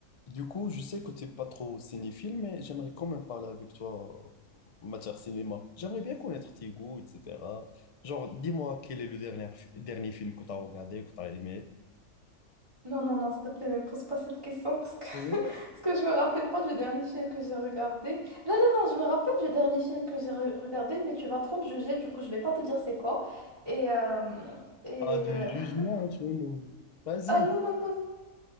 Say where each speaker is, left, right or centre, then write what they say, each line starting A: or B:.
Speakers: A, on the left (about 45°); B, on the right (about 20°).
A: Du coup, je sais que t'es pas trop cinéphile, mais j'aimerais quand même parler avec toi en matière cinéma. J'aimerais bien connaître tes goûts, etc. Genre, dis-moi quel est le dernier, fi- dernier film que t'as regardé, que t'as aimé.
B: Non, non, non, s'il te plaît, ne me pose pas cette question parce que, <laughs>
A: Oh,
B: parce que je me rappelle pas du dernier film que j'ai regardé. Non, non, non, je me rappelle du dernier film que j'ai re- regardé, mais tu vas trop me juger, du coup, je vais pas te dire c'est quoi. Et. euh, et
A: Pas de
B: euh,
A: jugement
B: <laughs>
A: entre nous. Vas-y.
B: Ah non, non, non.